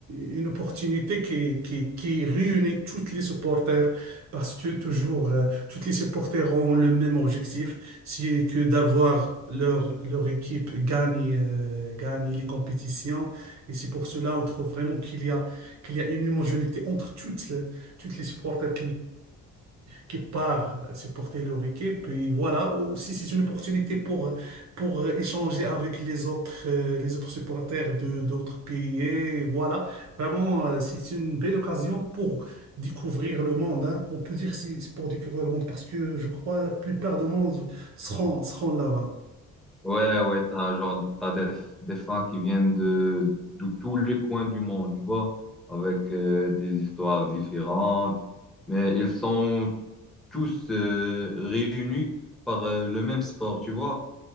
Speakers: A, on the right; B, in the centre.
A: une opportunité qui, qui, qui réunit toutes les supporters parce que toujours, euh, toutes les supporters ont le même objectif, c'est que d'avoir leur, leur équipe gagne, euh, gagne les compétitions. Et c'est pour cela, on trouve vraiment qu'il y a, qu'il y a une homogénéité entre toutes les, toutes les supporters qui part supporter le équipe. puis voilà, aussi c'est une opportunité pour, pour échanger avec les autres, euh, les autres supporters de d'autres pays. Et voilà, vraiment, euh, c'est une belle occasion pour découvrir le monde. hein. On peut dire si c'est pour découvrir le monde parce que je crois la plupart du monde seront, seront là-bas.
B: Ouais, ouais, t'as genre, t'as des, des fans qui viennent de, de tous les coins du monde, tu vois, avec euh, des histoires différentes, mais ils sont tous euh, réunis par euh, le même sport, tu vois?